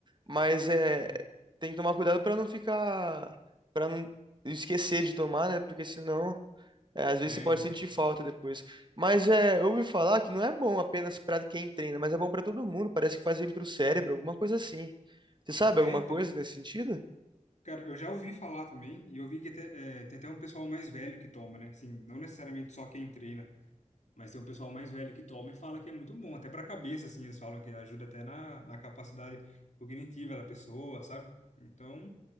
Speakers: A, on the right (about 35°); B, on the left (about 65°).
A: Mas é,
B: É.
A: tem que tomar cuidado para não ficar, para não esquecer de tomar, né? Porque senão, é, às vezes
B: É,
A: você pode
B: então.
A: sentir falta depois. Mas é, eu ouvi falar que não é bom apenas para quem treina, mas é bom para todo mundo, parece que faz bem pro cérebro, alguma coisa assim. Você sabe
B: É,
A: alguma
B: então.
A: coisa nesse sentido?
B: Cara, eu já ouvi falar também, e eu vi que até, é, tem até um pessoal mais velho que toma, né? Assim, não necessariamente só quem treina, mas tem um pessoal mais velho que toma e fala que é muito bom, até pra cabeça, assim, eles falam que ajuda até na, na capacidade cognitiva da pessoa, sabe? Então,